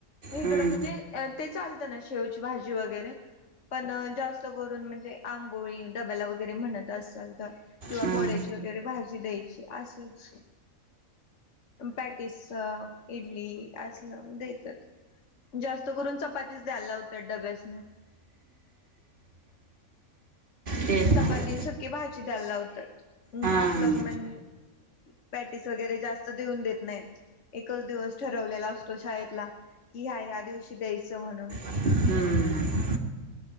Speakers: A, on the left (about 60°); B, on the right (about 40°).
A: इकडं
B: हं,
A: म्हणजे अ ते चालतं ना शेवची भाजी वगैरे पण जास्त करून म्हणजे आंबोळी डब्याला वगैरे म्हणत असाल तर किंवा
B: हं.
A: मोड्याची वगैरे भाजी द्यायची असेच. पॅटस, इडली, आजलम देतात. जास्त करून चपातीच द्यायला लावतात डब्यासनी.
B: तेच ना
A: चपातीं न सुखी भाजी द्यायला लावत्यात,
B: हां
A: नसलं म्हण पॅटीस वगैरे जास्त देऊन देत नाहीत. एकच दिवस ठरवलेला असतो शाळेतला. की ह्या ह्या दिवशी द्यायचं म्हणून
B: हम्म